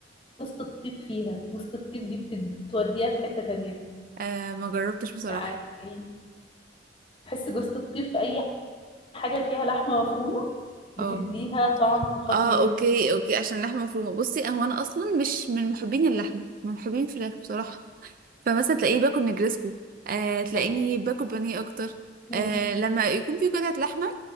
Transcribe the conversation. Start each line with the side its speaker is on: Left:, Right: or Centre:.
Left: جوزة الطيب فيها جوزة الطيب دي بت- بتوديها في حتة تانية
Right: آه ما جربتش بصراحة
Left: يعني بحس جوزة الطيب في أي حاجة فيها لحمة مفرومة
Right: اه
Left: بتديها طعم خطير
Right: اه اوكي اوكي عشان لحمة مفرومة بصي هو انا اصلا مش من محبين اللحمة من محبين الفراخ بصراحة فمثلا تلاقيه باكل نجرسكو آه تلاقيني
Left: يعني
Right: باكل بانيه اكتر
Left: مم.
Right: آه لما يكون في قطعة لحمة